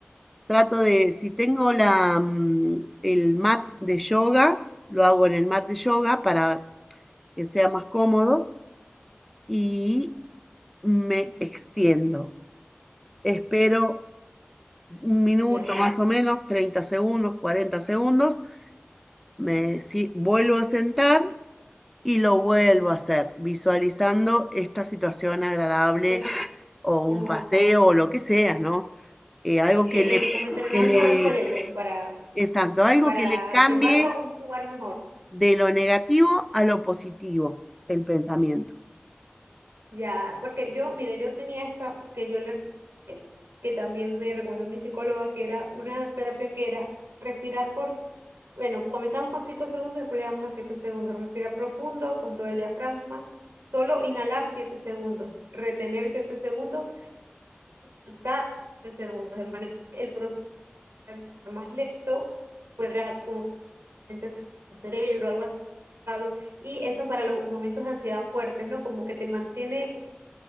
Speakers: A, in the centre; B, on the right (about 75°).
A: trato de, si tengo la, mm, el mat de yoga, lo hago en el mat de yoga para que sea más cómodo y me extiendo. Espero un minuto
B: ya.
A: más o menos, 30 segundos, 40 segundos, me si- vuelvo a sentar y lo vuelvo a hacer, visualizando esta situación agradable
B: Es
A: o un
B: como,
A: paseo o lo que sea, ¿no? Eh, algo
B: eh,
A: que
B: eh,
A: le,
B: eh, como entrenando
A: que le,
B: el cerebro para,
A: exacto, algo
B: para
A: que le cambie
B: llevarlo a un lugar mejor.
A: De lo negativo a lo positivo, el pensamiento.
B: Ya, porque yo, mire, yo tenía esta que yo le, que también me recomendó mi psicóloga, que era una terapia que era respirar por, bueno, comenzamos con 5 segundos, después le damos a 7 segundos, respirar profundo con todo el diafragma, solo inhalar 7 segundos, retener 7 segundos, soltar 7 segundos, de manera que el proceso fuera más lento, fuera como que el cerebro, algo así. Y eso para los momentos de ansiedad fuertes, ¿no? Como que te mantiene